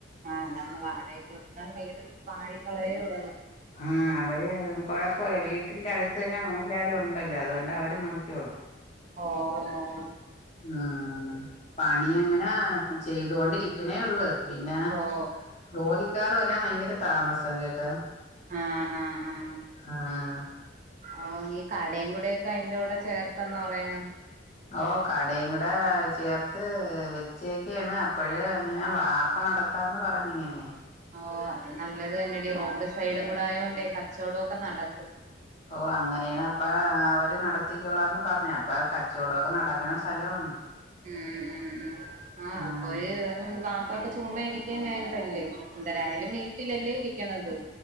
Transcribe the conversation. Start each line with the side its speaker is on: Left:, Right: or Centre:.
Right: ആ അതാണ് വാടയ്ക്കൊട്ത്താൽ വീട് പാഴി ക്കളയേഒള്ളൂ
Left: ആ അവര് കൊഴപ്പല്ലെ വീട്ടിന്റെ അടുത്ത് തന്നെ എല്ലാരും ഉണ്ടല്ലോ അതുകൊണ്ട് അവര് നോക്കിയോളും
Right: ഓ ഓ
Left: ആഹ് പണി അങ്ങനെ ചെയ്തുകൊണ്ടിരിക്കണേ ഒള്ള് പിന്നെ
Right: ഓ
Left: ജോലിക്കാർ വരാൻ ഭയങ്കര താമസം കേട്ടാ
Right: ആ ആ ആ
Left: ആഹ്
Right: ഓ നീ കടേയും കൂടെക്കെ അയ്ന്റെറ കൂടെ ചേർത്തന്ന് പറയണ്
Left: ഓ കടയും കൂടെ ചേർത്ത് വെച്ചക്കാണ് അപ്പഴ് ഇങ്ങനെ വാപ് ഇപ്പ നടത്താന്ന് പറഞ്ഞിങ്ങനെ
Right: ഓ അത് നല്ലത് തന്നെടി റോഡ് സൈഡും കൂടൊയോണ്ടേ കച്ചവടക്കെ നടക്കും
Left: ഓ അങ്ങനെയാണ് അപ്പ അവര് നട ത്തിക്കോളാന്ന് പറഞ് അപ്പൊ കച്ചോടൊക്കെ നടക്കുന്ന സ്ഥലമാണ്
Right: ഉം ഉം ഉം ആ
Left: ആഹ്
Right: അപ്പോഴ് വാപ്പാക്ക് ചുമ്മ ഇരിക്കയും വേണ്ടല്ല് എന്തരായാലും വീട്ടിലല്ലേ ഇരിക്ക്ണത്.